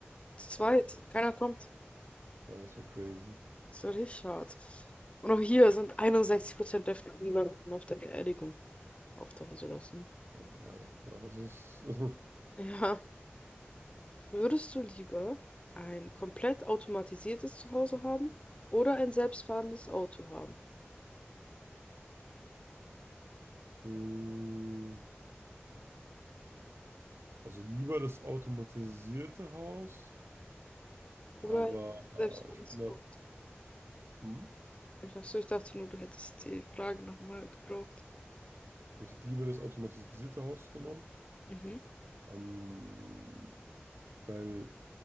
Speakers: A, on the left; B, on the right.
A: zu zweit.
B: ja, ja,
A: Keiner kommt.
B: ja, das wäre crazy.
A: Das ist ja richtig hart. Und auch hier sind 61% dafür, niemanden auf der Beerdigung auftauchen zu lassen.
B: Ja, ja, also das ist, <laughs>
A: Ja. Würdest du lieber ein komplett automatisiertes Zuhause haben oder ein selbstfahrendes Auto haben?
B: mm, also lieber das automatisierte Haus,
A: Oder
B: aber
A: selbst wenn
B: äh, ich
A: es
B: bin da,
A: auch.
B: hm,
A: Ich dachte, so, ich dachte nur, du hättest die Frage nochmal gebraucht.
B: ich hätte lieber das automatisierte Haus genommen,
A: Mhm.
B: ähm, weil